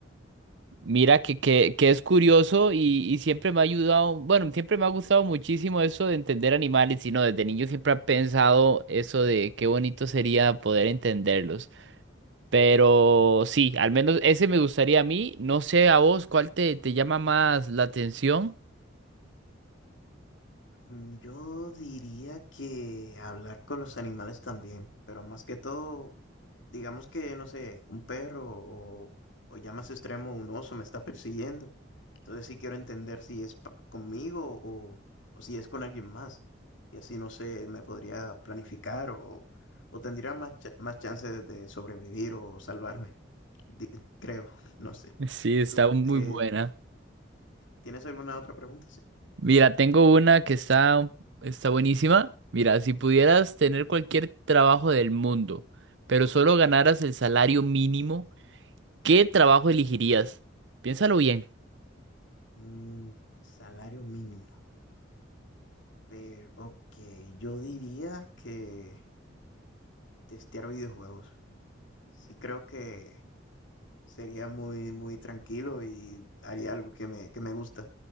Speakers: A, on the right; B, on the left.
A: Mira que, que, que es curioso y, y siempre me ha ayudado, bueno, siempre me ha gustado muchísimo eso de entender animales, y no, desde niño siempre he pensado eso de qué bonito sería poder entenderlos. Pero sí, al menos ese me gustaría a mí. No sé a vos cuál te, te llama más la atención. <laughs>
B: Mm, Yo diría que hablar con los animales también, pero más que todo, digamos que, no sé, un perro o, o ya más extremo, un oso me está persiguiendo. Entonces sí quiero entender si es pa- conmigo o, o si es con alguien más. Y así, no sé, me podría planificar o, o tendría más, cha- más chances de sobrevivir o salvarme, di- creo, <laughs> no sé.
A: Sí, está
B: ¿Tú
A: muy
B: eh,
A: buena.
B: tienes alguna otra pregunta? Sí.
A: Mira, tengo una que está, un- está buenísima. Mira, si pudieras tener cualquier trabajo del mundo, pero solo ganaras el salario mínimo. ¿Qué trabajo elegirías? Piénsalo bien.
B: Mm, salario mínimo. Pero, ok, yo diría que testear videojuegos. Sí creo que sería muy, muy tranquilo y haría algo que me, que me gusta.